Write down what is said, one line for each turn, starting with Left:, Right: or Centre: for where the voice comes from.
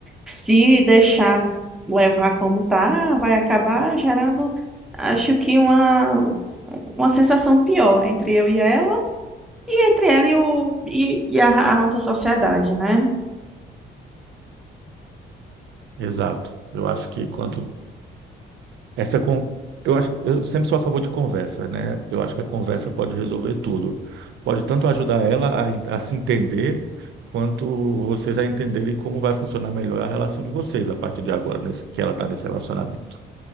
Centre: se deixar levar como tá, vai acabar gerando, acho que uma, uma sensação pior entre eu e ela, e entre ela e, o, e, e a, a alta sociedade, né?
Right: Exato. Eu acho que quanto Essa con... Eu acho que eu sempre sou a favor de conversa, né? Eu acho que a conversa pode resolver tudo. Pode tanto ajudar ela a, en- a se entender, quanto vocês a entenderem como vai funcionar melhor a relação de vocês a partir de agora, nesse... que ela está nesse relacionamento.